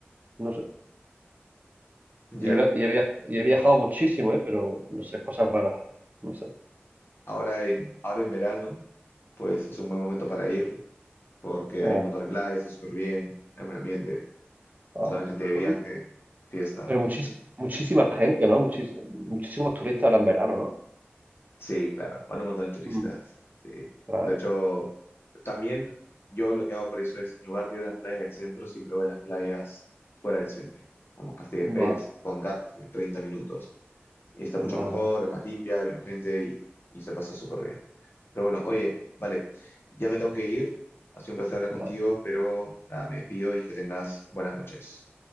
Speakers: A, on the right; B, on the left.
A: No sé. Y
B: Ya,
A: he, y he via- y he viajado muchísimo, ¿eh? Pero, no sé, cosas raras, no sé.
B: ahora en, ahora en verano, pues es un buen momento para ir, porque
A: Como,
B: hay un montón de playas, está súper bien, hay buen ambiente, un
A: ah,
B: montón de gente de
A: uy,
B: viaje, fiesta,
A: pero muchis-
B: pues
A: muchísima gente, ¿no? Muchis- muchísimos turistas ahora en verano, ¿no?
B: sí, claro, van un montón de turistas,
A: Mm,
B: sí.
A: claro.
B: De hecho, también yo lo que hago por eso es, en lugar de ir a las playas del centro, siempre voy a las playas fuera del centro, como Castelldefels,
A: Va,
B: Poncat, que son 30 minutos. y está mucho
A: va,
B: mejor,
A: va.
B: es más limpia, hay menos gente y, y se pasa súper bien. Pero bueno, oye,
A: Mm,
B: vale, ya me tengo que ir. Ha sido un placer hablar contigo,
A: va.
B: pero nada, me despido y que tengas buenas noches